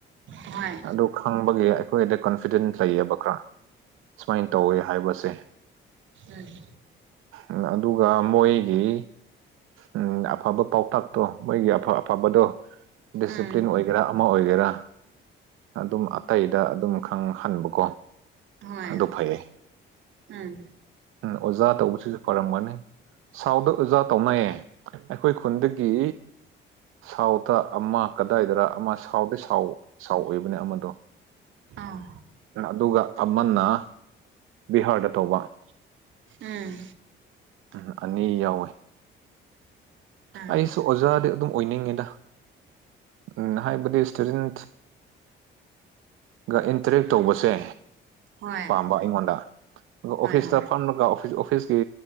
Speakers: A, on the right (about 65°); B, on the right (about 85°).
A: ꯍꯣꯏ
B: ꯑꯗꯨ ꯈꯪꯕꯒꯤ ꯑꯩꯈꯣꯏꯗ ꯀꯟꯐꯤꯗꯦꯟꯁ ꯂꯩꯌꯦꯕ ꯈꯔ ꯁꯨꯃꯥꯏꯅ ꯇꯧꯋꯦ ꯍꯥꯏꯕꯁꯦ
A: ꯑꯅꯦ
B: ꯎꯝ ꯑꯗꯨꯒ ꯃꯣꯏꯒꯤ ꯎꯝ ꯑꯐꯕ ꯄꯥꯎꯇꯥꯛꯇꯣ ꯃꯣꯏꯒꯤ ꯑꯐ ꯑꯐꯕꯗꯣ ꯗꯤꯁꯤꯄ꯭ꯂꯤꯟ
A: ꯎꯝ ꯎꯝ ꯎꯝ
B: ꯑꯣꯏ ꯑꯣꯏꯒꯦꯔꯥ ꯑꯃ ꯑꯣꯏꯒꯦꯔꯥ ꯑꯗꯨꯝ ꯑꯇꯩꯗ ꯑꯗꯨꯝ ꯈꯪꯍꯟꯕꯀꯣ
A: ꯍꯣꯏ
B: ꯑꯗꯨ ꯐꯩꯌꯦ
A: ꯎꯝ
B: ꯑꯣꯖꯥ ꯇꯧꯕꯁꯤꯁꯨ ꯐꯔꯝꯒꯅꯤ ꯁꯥꯎꯗ ꯑꯣꯖꯥ ꯇꯧꯅꯩꯌꯦ ꯑꯩꯈꯣꯏ ꯈꯨꯟꯗꯒꯤ ꯁꯥꯎꯗ ꯑꯃ ꯀꯗꯥꯏꯗꯔ ꯑꯃ ꯁꯥꯎꯗꯤ ꯁꯥꯎ ꯁꯥꯎꯑꯣꯢꯕꯅꯦ ꯑꯃꯗꯣ
A: ꯑꯥ
B: ꯑꯗꯨꯒ ꯑꯃꯅ ꯕꯤꯍꯥꯔꯗ ꯇꯧꯕ
A: ꯎꯝ
B: ꯎꯝ ꯑꯅꯤ ꯌꯥꯎꯋꯤ
A: ꯑꯥ
B: ꯑꯩꯁꯨ ꯑꯣꯖꯥꯗꯤ ꯑꯗꯨꯝ ꯑꯣꯏꯅꯤꯡꯉꯤꯗ ꯎꯝ ꯍꯥꯏꯕꯗꯤ ꯏꯁꯇꯨꯗꯦꯟ ꯒ ꯏꯟꯇꯔꯦꯛ ꯇꯧꯕꯁꯦ
A: ꯍꯣꯏ
B: ꯄꯥꯝꯕ ꯑꯩꯉꯣꯟꯗ ꯑꯗꯨꯒ ꯑꯣꯐꯤꯁꯇ
A: ꯍꯣꯏ
B: ꯐꯝꯃꯔꯒ ꯑꯣꯐꯤꯁ ꯑꯣꯐꯤꯁꯀꯤ